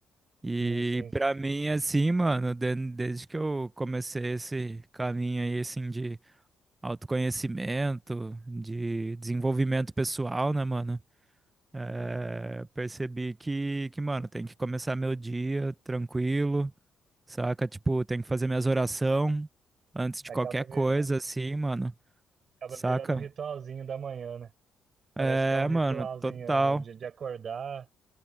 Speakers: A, on the right; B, on the right.
A: E
B: Sim, sim.
A: pra mim, assim, mano, de- desde que eu comecei esse caminho aí, assim, de autoconhecimento, de desenvolvimento pessoal, né, mano? É, percebi que, que, mano, tem que começar meu dia tranquilo, saca? Tipo, tem que fazer minhas orações antes de
B: Acaba
A: qualquer
B: virando,
A: coisa, assim, mano,
B: acaba
A: saca?
B: virando um ritualzinho da manhã, né? Parece
A: É,
B: que é um ritualzinho,
A: mano, total.
B: né? De, de acordar.